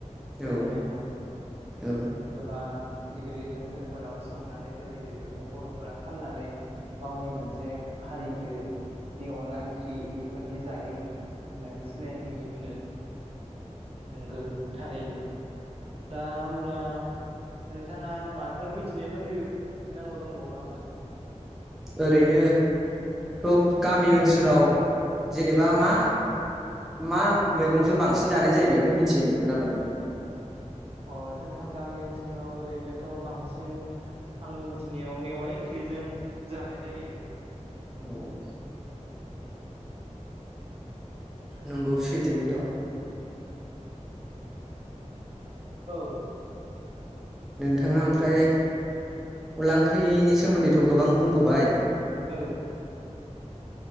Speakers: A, on the right (about 55°); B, in the centre.
A: जाहैबाय
B: औ
A: नंङा होमबा
B: औ
A: गोबां गिदिर गिदिर हटेलफोराव संनानै दोनै बेफोरखौ बर'फोरा फाननानै गावनि मोनसे हारिखो जि अनला ओंख्रि बेफोरदि जायो होननानै सिनायथि होबोनो नोंगौ थारैनो दा होनब्ला नोंथाङा माबाफोर मिथिनो लुबैनांगौ दंबावो नामा
B: ओरैनोथ' गामि ओनसोलाव जेनेबा मा मा मैगंजों बांसिन जानाय जायो बेखौ मिथिहोनो नामा नों?
A: अ जोंहा गामि ओनसोलाव ओरैनोथ' बांसिन आंनि मिथिनायाव मेवाय ओंख्रिजों जानाय जायो।
B: औ नंगौ‌ सैथो एथ'
A: औ
B: नोंथांङा ओमफ्राय अनला ओंख्रिनि सोमोन्दैथ' गोबां बुंबोबाय
A: औ